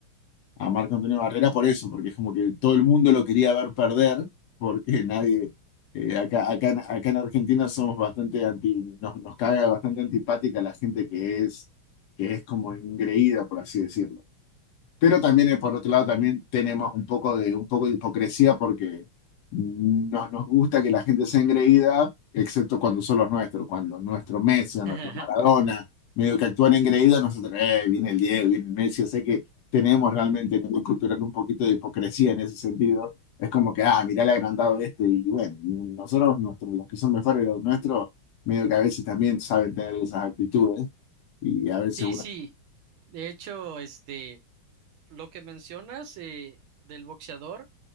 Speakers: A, on the left (about 75°); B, on the right (about 80°).
A: a Marco Antonio Barrera por eso, porque es como que todo el mundo lo quería ver perder, porque <laughs> nadie, eh, acá, acá, en- acá en Argentina somos bastante anti, nos, nos caga bastante antipática la gente que es, que es como ingreída, por así decirlo. Pero también, eh, por
B: Pues,
A: otro lado, también tenemos un poco de, un poco de hipocresía porque no nos gusta que la gente sea engreída, excepto cuando son los nuestros, cuando nuestro Messi, o nuestro
B: <laughs>
A: Maradona, medio que actúan engreídos, nosotros, eh, viene el Diego, viene el Messi, o sea que tenemos realmente en el cultural un poquito de hipocresía en ese sentido. Es como que, ah, mirá el agrandado este, y bueno, nosotros, nuestros, los que son mejores de los nuestros, medio que a veces también saben tener esas actitudes, y a veces
B: sí,
A: uno...
B: sí. De hecho, este. Lo que mencionas eh, del boxeador,